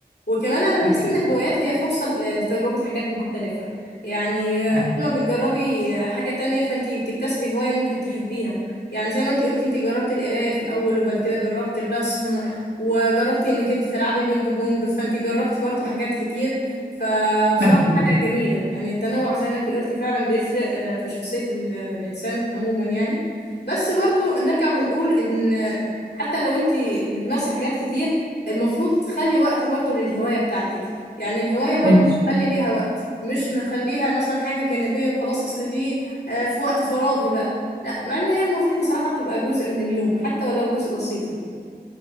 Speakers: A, on the left (about 85°); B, on the right (about 80°).
A: وكمان انا
B: أكيد
A: بحس ان الهوايات هي فرصة ل- لتجربة حاجات مختلفة يعني
B: أه-
A: كل ما بتجربي حاجة تانية فانتي بتكتسبي هواية ممكن تحبيها يعني زي ما انتي قلتي انتي جربتي القراية في الاول وبعد كده جربتي الرسم وجربتي انك انتي تلعبي بينج بونج فانتي جربتي برضو حاجات كتير فبصراحة
B: أكيد
A: حاجة جميلة يعني التنوع زي ما انتي قلتي فعلا بيفرق آه، في شخصية ال- الإنسان عموما يعني بس برضو نرجع ونقول إن حتى لو انتي بتمارسي حاجات كتير المفروض تخلي وقت برضو للهواية بتاعتك يعني الهواية برضو
B: إن-
A: نخلي ليها وقت مش نخليها مثلا حاجة جانبية وخلاص أصل دي آه، في وقت فراغي بقى لا مع إن هي المفروض بصراحة بتبقى جزء من اليوم حتى ولو جزء بسيط يعني